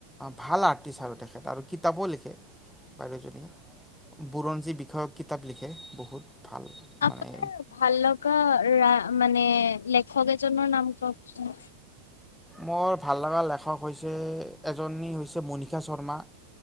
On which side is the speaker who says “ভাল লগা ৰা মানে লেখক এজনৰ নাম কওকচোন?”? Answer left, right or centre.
Left